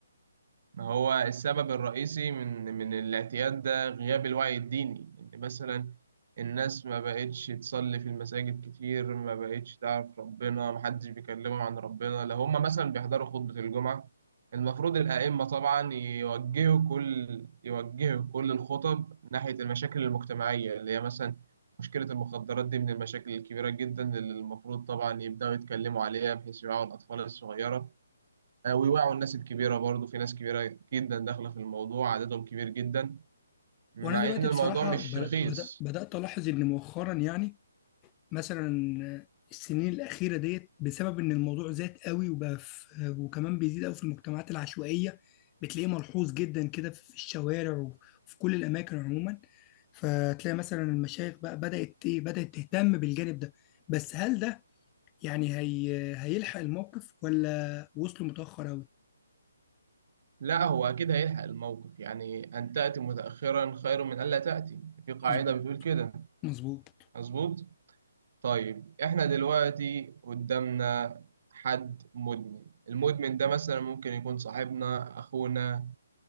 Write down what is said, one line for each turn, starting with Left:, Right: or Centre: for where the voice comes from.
Right: ما هو السبب الرئيسي من من الاعتياد ده غياب الوعي الديني إن مثلا الناس ما بقتش تصلي في المساجد كتير ما بقتش تعرف ربنا ما حدش بيكلمهم عن ربنا لو هم مثلا بيحضروا خطبة الجمعة المفروض الأئمة طبعا يوجهوا كل يوجهوا كل الخطب ناحية المشاكل المجتمعية اللي هي مثلا مشكلة المخدرات دي من المشاكل الكبيرة جدا اللي المفروض طبعا يبدأوا يتكلموا عليها بحيث يوعوا الأطفال الصغيرة آه، ويوعوا الناس الكبيرة برضو في ناس كبيرة جدا داخلة في الموضوع عددهم كبير جدا مع
Left: وأنا دلوقتي
Right: إن الموضوع
Left: بصراحة
Right: مش
Left: ب...
Right: رخيص
Left: بدأ... بدأت ألاحظ إن مؤخرا يعني مثلا السنين الأخيرة ديت بسبب إن الموضوع زاد قوي وبقى في وكمان بيزيد قوي في المجتمعات العشوائية بتلاقيه ملحوظ جدا كده في الشوارع وفي كل الأماكن عموما فتلاقي مثلا المشايخ بقى بدأت إيه بدأت تهتم بالجانب ده بس هل ده يعني هي هيلحق الموقف ولا وصلوا متأخر قوي
Right: لا هو أكيد هيلحق الموقف يعني أن تأتي متأخرا خير من ألا تأتي في قاعدة
Left: مظبوط
Right: بتقول كده
Left: مظبوط
Right: مظبوط طيب إحنا دلوقتي قدامنا حد مدمن المدمن ده مثلا ممكن يكون صاحبنا أخونا